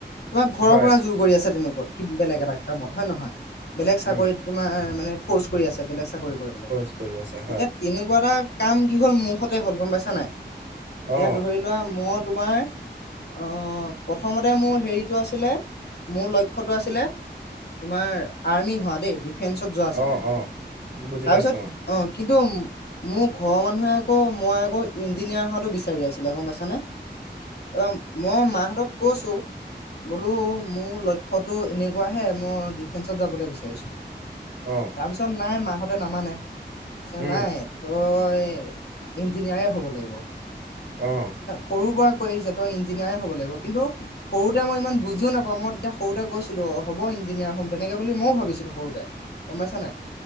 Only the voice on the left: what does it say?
তোমাৰ ঘৰৰ
পৰা জোৰ কৰি আছে তেনেকুৱা বেলেগ এটা কামত হয় নহয় বেলেগ চাকৰিত
তোমাৰ মানে ফৰ্চ কৰি আছে বেলেগ চাকৰি কৰিবলৈ
এতিয়া তেনেকুৱা এটা কাম কি হ'ল মোৰ সতে হ'ল গম পাইছা নাই এতিয়া
ধৰি লোৱা মই তোমাৰ অঁ প্ৰথমতে মোৰ হেৰিটো আছিলে মোৰ লক্ষ্যটো আছিলে তোমাৰ আৰ্মি হোৱা দেই ডিফেন্সত যোৱা আছিলে
তাৰপিছত
অ কিন্তু মোৰ ঘৰৰ মানুহে আকৌ মই আকৌ ইঞ্জিনিয়াৰ হোৱাটো বিচাৰি আছিলে গম পাইছানে। অ মই মাহঁতক কৈছো বোলো মোৰ লক্ষ্যতো এনেকুৱাহে মই ডিফেন্সত যাবলৈ বিচাৰিছো।
তাৰপিছত নাই মাহঁতে নামানে পিছত
নাই। তই ইঞ্জিনিয়াৰে হ'ব লাগিব।
সৰু পৰা কৈ আহিছে তই ইঞ্জিনিয়াৰ হ'ব লাগিব কিন্তু- সৰুতে মই ইমান বুজিও নাপাওঁ, মই তেতিয়া কৈছিলো হ'ব ইঞ্জিনিয়াৰ হম তেনেকে বুলি মইও ভাবিছিলো। সৰুতে গম পাইছানে